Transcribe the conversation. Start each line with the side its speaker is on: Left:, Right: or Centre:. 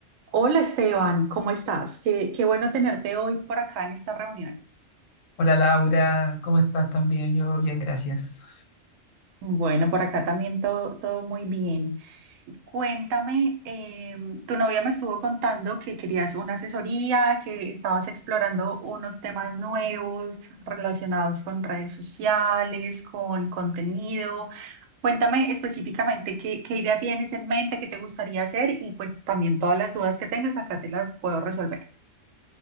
Right: Hola Esteban, ¿cómo estás? Qué, qué bueno tenerte hoy por acá en esta reunión.
Left: Hola Laura, ¿cómo estás también? Yo bien, gracias.
Right: Bueno, por acá también todo, todo muy bien. Cuéntame, em, tu novia me estuvo contando que querías una asesoría, que estabas explorando unos temas nuevos relacionados con redes sociales, con contenido. Cuéntame específicamente qué, qué idea tienes en mente, qué te gustaría hacer y pues también todas las dudas que tengas acá te las puedo resolver.